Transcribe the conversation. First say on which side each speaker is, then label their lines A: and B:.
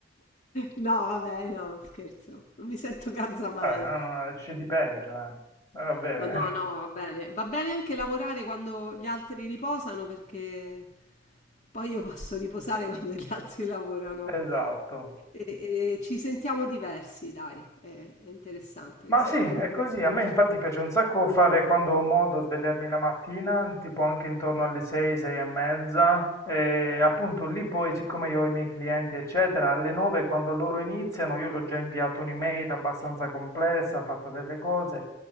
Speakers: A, on the left (about 40°); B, on the left (about 15°).
A: No, vabbè, no, scherzo, non mi sento ganza mai.
B: Vabbè, no, no, c'è di peggio, eh. Va bene,
A: Ma no, no, va bene. Va bene anche lavorare quando gli altri riposano perché poi io posso riposare <laughs> quando gli altri lavorano.
B: <laughs> esatto.
A: E, e ci sentiamo diversi, dai, è, è interessante
B: Ma
A: questa
B: sì, è
A: cosa.
B: così. A me infatti piace un sacco fare quando ho modo svegliarmi la mattina, tipo anche intorno alle 6, 6 e mezza. E appunto lì poi, siccome io ho i miei clienti, eccetera, alle 9 quando loro iniziano, io l'ho già inviato un'email abbastanza complessa, fatta delle cose,